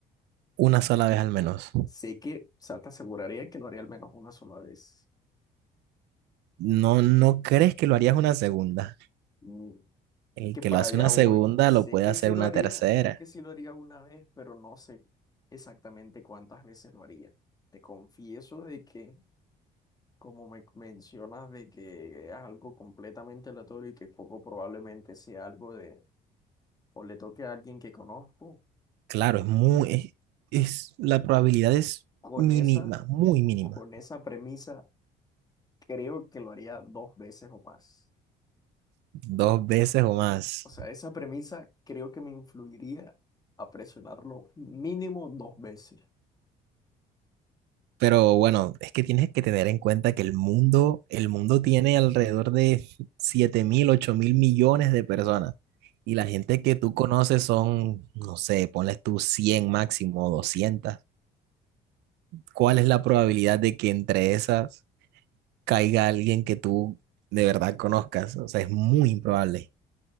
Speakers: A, on the right; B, on the left.
A: Una sola vez al menos.
B: Sé que, o sea, te aseguraría que lo haría al menos una sola vez.
A: ¿No, no crees que lo harías una segunda?
B: Mm,
A: El
B: es que
A: que
B: para
A: lo hace
B: allá
A: una
B: voy.
A: segunda
B: Sé
A: lo puede
B: que
A: hacer
B: sí lo
A: una
B: haría,
A: tercera.
B: sé que sí lo haría una vez, pero no sé exactamente cuántas veces lo haría. Te confieso de que, como me mencionas, de que es algo completamente aleatorio y que poco probablemente sea algo de, o le toque a alguien que conozco,
A: Claro, es muy, es, es- la probabilidad es
B: con
A: mínima,
B: esa,
A: muy mínima.
B: con esa premisa, creo que lo haría dos veces o más.
A: Dos veces o más.
B: O sea, esa premisa creo que me influiría a presionarlo mínimo dos veces.
A: Pero bueno, es que tienes que tener en cuenta que el mundo, el mundo tiene alrededor de siete mil, ocho mil millones de personas. Y la gente que tú conoces son, no sé, ponles tú 100 máximo, 200. ¿Cuál es la probabilidad de que entre esas caiga alguien que tú de verdad conozcas. O sea, es muy improbable.